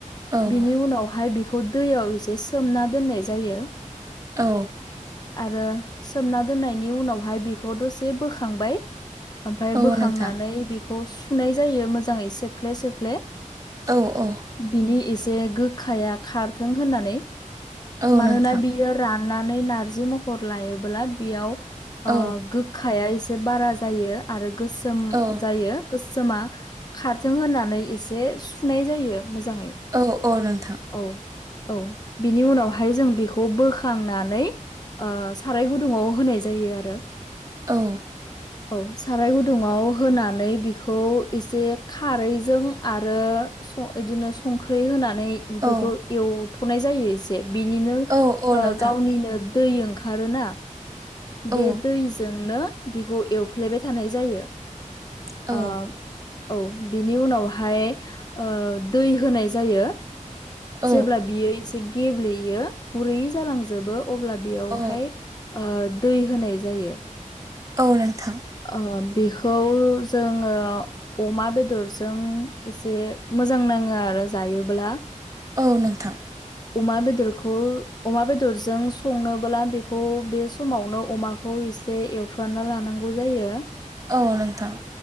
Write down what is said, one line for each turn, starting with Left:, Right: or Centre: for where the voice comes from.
Right: औ
Left: बिनि उनावहाय बे खौ दैयाव एसे सोमना दोननाय जायो
Right: औ।
Left: आरो सोमना दोननायनि उनावहाय बेखौ दसे बोखांबाय ओमफाय
Right: औ
Left: बोखांनानै
Right: नोंथां
Left: बेखौ सुनाय जायो मोजाङै सेफ्ले सेफ्ले
Right: औ औ।
Left: बिनि एसे गोखाया खारथों होननानै
Right: औ
Left: मानोना
Right: नोंथां
Left: बि यो राननानै नारजि महर लायोबोला बेयाव
Right: औ
Left: ओ गोख खाया एसे बारा जायो आरो गोसोम
Right: औ
Left: जायो गोसोमा खारथों होननानै एसे सुनाय जायो मोजाङै।
Right: औ औ नोंथां।
Left: औ औ बिनि उनावहाय जों बेखौ बोखांनानै ओ साराय गुदुङाव होनाय जायो आरो।
Right: औ।
Left: औ साराय गुदुङाव‌ होनानै बिखौ एसे खारैजों आरो स इदिनो संख्रि होना नै एफोरखौ
Right: औ
Left: एवथ'नाय जायो एसे बिनिनो
Right: औ औ
Left: ओ
Right: नोंथां
Left: गावनिनो दै ओंखारोना
Right: औ
Left: बे दैजोंनो बिखौ एवफ्लेबाय थानाय जायो
Right: औ
Left: ओ औ बिनि उनावहाय ओ दै होनाय जायो।
Right: औ
Left: जेब्ला बियो एसे गेब्लेयो गुरै जालांजोबो अब्ला बेयावहाय
Right: औ
Left: ओ दै होनाय जायो।
Right: औ नोंथां।
Left: ओ बेखौ जोङो अमा बेदरजों एसे मोजां नाङो आरो जायोब्ला।
Right: औ नोंथां।
Left: अमा बेदरखौ अमा बेदरजों संनोबोला बेखौ बे समावनो अमाखौ एस एसे एवफ्रानना लानांगौ जायो।
Right: औ नोंथां।